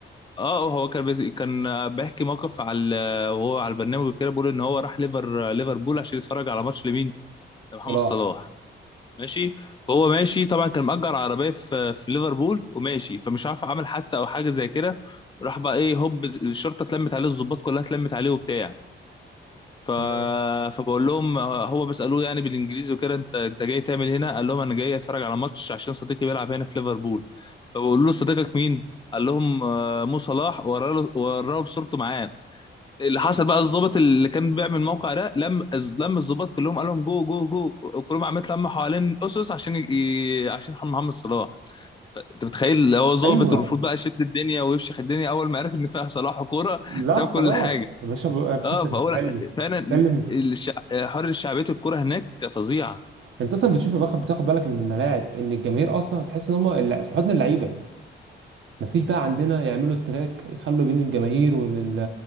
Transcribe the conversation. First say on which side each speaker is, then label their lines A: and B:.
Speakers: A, on the left; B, on the right.
A: اه هو كان بي... كان بيحكي موقف على وهو على البرنامج وكده بيقول ان هو راح ليفر ليفربول عشان يتفرج على ماتش لمين لمحمد
B: صلاح
A: صلاح ماشي فهو ماشي طبعا كان مأجر عربيه في في ليفربول وماشي فمش عارف عمل حادثه او حاجه زي كده راح بقى ايه هوب الشرطه اتلمت عليه الضباط كلها اتلمت عليه وبتاع ف...
B: تمام
A: فبقول لهم هو بيسالوه يعني بالانجليزي وكده انت انت جاي تعمل هنا قال لهم انا جاي اتفرج على ماتش عشان صديقي بيلعب هنا في ليفربول فبقول له صديقك مين قال لهم آه، مو صلاح وراله وراه بصورته معاه اللي حصل بقى الضابط اللي كان بيعمل الموقع ده لم الز- لم الضباط كلهم قال لهم جو جو جو وكلهم عمال يتلموا حوالين اسس عشان ي... ي- عشان محمد صلاح انت متخيل هو ضابط
B: ايوه
A: والمفروض بقى يشد الدنيا ويفشخ الدنيا اول ما عرف ان فيها صلاح وكوره
B: لا
A: ساب
B: خلاص
A: كل حاجه
B: يا باشا يا باشا
A: اه
B: انت بتتكلم
A: فهو لا، فعلا
B: بتتكلم
A: الشع... حر شعبيه الكوره هناك فظيعه
B: انت اصلا بتشوف يا بخت بتاخد بالك من الملاعب ان الجماهير اصلا تحس ان هم اللع- في حضن اللعيبه مفيش بقى عندنا يعملوا التراك يخلوا بين الجماهير وال-